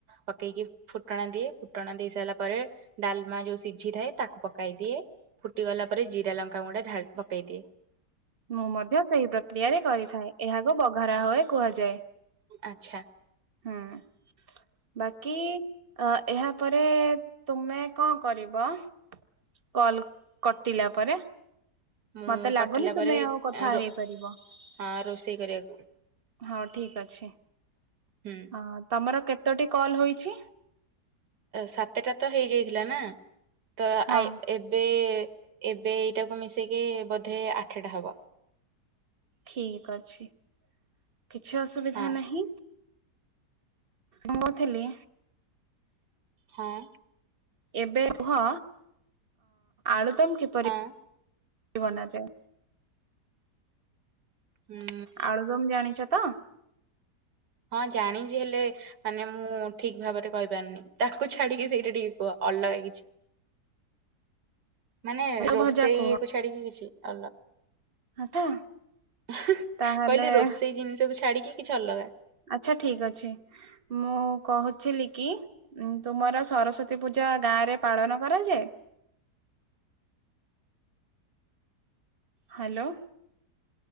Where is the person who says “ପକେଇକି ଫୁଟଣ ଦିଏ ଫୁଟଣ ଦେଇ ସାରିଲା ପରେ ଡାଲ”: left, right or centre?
Right